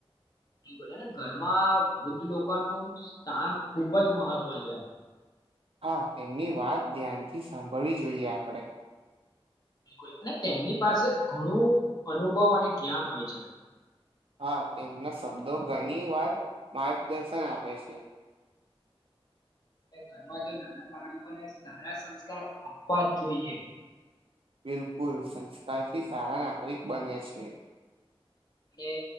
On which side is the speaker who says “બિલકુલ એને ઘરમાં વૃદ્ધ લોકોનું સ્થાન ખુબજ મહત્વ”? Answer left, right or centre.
Left